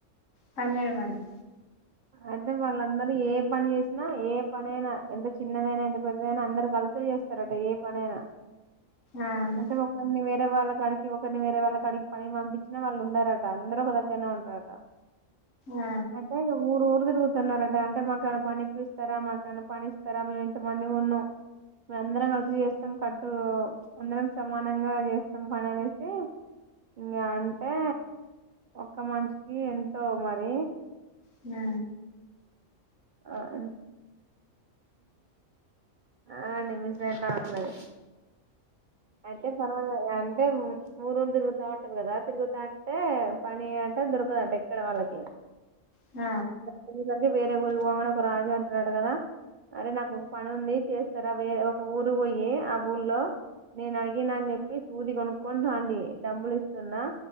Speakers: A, on the left; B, on the right.
A: పన్నెండు మంది
B: అంటే వాళ్ళందరూ ఏ పని చేసినా ఏ పనైనా ఎంత చిన్నదైనా ఎంత పెద్దదైనా అందరు కలిసి ఇత్త చేస్తారట ఏ పనైనా
A: అవును
B: అంటే ఒకరిని వేరే వాళ్ళ కాడికి ఒకరి వేరే వాళ్ళకు క్కడికి పని పంపించినా వాళ్ళు ఉండారట అందరు ఒక దగ్గరనే ఉంటారట
A: ఆ
B: అదేగ ఊరు ఊరు ది తురుతున్నారట అంటే మాకు ఏమన్నా పని ఇప్పిస్తారా మాకన్నా పనిస్తారా మేము ఇంతమంది ఉన్నాం మేము అందరం కలిసి చేస్తాం కట్టు అందరం సమానంగా చేస్తాం పని అనేసి ఇంకా అంటే ఒక్క మనిషికి ఎంతో మరి
A: న
B: ఆం ఆ నిమిసయితా అన్నది అయితే పర్వన్నా యన్ దేమ్ ఊరుఊరు తిరుగుతా ఉంటారు కదా తిరుగుతా అంటే పని అంట దొరకదు అంట ఇక్కడ వాళ్ళకి
A: ఆ
B: దొరికేసరికి వేరే ఊరుకి పోంగనే ఒక రాజు అంటడటా కదా అరే నాకు ఒక పని ఉంది చేస్తార వేర ఒక ఊరు పోయి ఆ ఊర్లో నేను అడిగిన అని చెప్పి సూది కొనుక్కొని రండి డబ్బులు ఇస్తున్నా